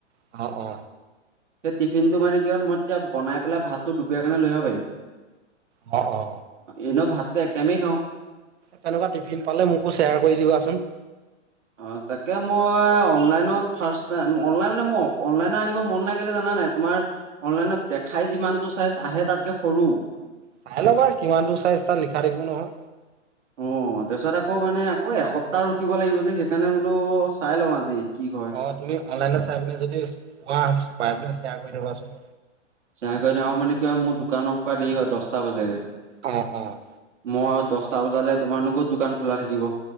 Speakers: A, on the right; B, on the right.
A: অ, অ,
B: সেই টিফিনটো মানে কি হল মই এতিয়া বনাই পেলাই ভাতটো দুপৰীয়া কাৰণে লৈ আহিব পাৰিম।
A: অ, অ,
B: এনেও ভাতটো এক টাইমেই খাওঁ।
A: তেনেকুৱা টিফিন পালে মোকো শ্বেয়াৰ কৰি দিবাচোন।
B: অ তাকে মই অনলাইনত ফাৰ্ষ্ট টাইম অনলাইন মানে মই অনলাইনো আনিব মন নাই কেলে জানানে নাই তোমাৰ অনলাইনত দেখাই যিমানটো চাইজ আহে তাতকে সৰু
A: চাই ল'বা কিমান টো চাইজ তাত লিখা থাকিব নহয়।
B: অ তাৰপিছত আকৌ মানে আকৌ এসপ্তাহ ৰখিব লাগিব যে সেই তেনেহলেও, চাই লও আজি কি হয়।
A: অঁ তুমি অনলাইনত চাই পিনে যদি পোৱা পাই পিনে শ্বেয়াৰ কৰি থবাচোন।
B: ছেয়াৰ কৰি দিম, আৰু মানে কি হয়, মোৰ দোকান অফ কৰা দেৰি হয়, দছটা বাজেগৈ।
A: অ, অ।
B: মই দছ টা বজালে তোমাৰনো ক'ত দোকান খোলা থাকিব!